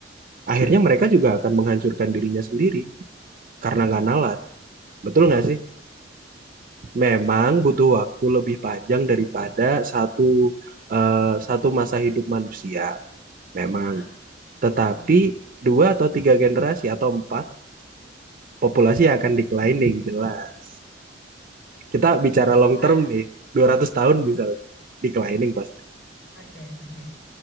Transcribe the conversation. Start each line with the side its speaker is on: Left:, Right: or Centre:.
Right: Akhirnya mereka juga akan menghancurkan dirinya sendiri karena nggak nalar. Betul nggak sih? Memang butuh waktu lebih panjang daripada satu eh, satu masa hidup manusia. Memang.
Left: Ah,
Right: Tetapi
Left: hmm.
Right: dua atau tiga generasi atau empat populasi akan declining jelas. Kita bicara
Left: Tapi
Right: long
Left: sekarang,
Right: term nih, 200 tahun misalnya. Declining pasti.
Left: oke, oke.